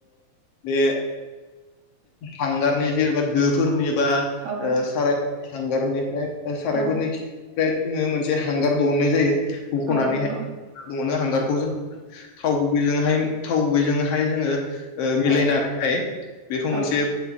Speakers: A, on the left; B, on the right.
A: बे हांगारनि जेनबा दोफोरनि बा
B: औ
A: साराय हांगारनिफ्राय सारायफोरनि
B: औ
A: जोङो मोनसे हांगार दिहुनाय जायो हुख'नानैहाय
B: औ नंगौ
A: नो हांगारखौ जों थाव गुबैहाय थाव गुबैजोंहाय जोङो मिलायनानै
B: औ
A: हायो बेखौ मोनसे
B: औ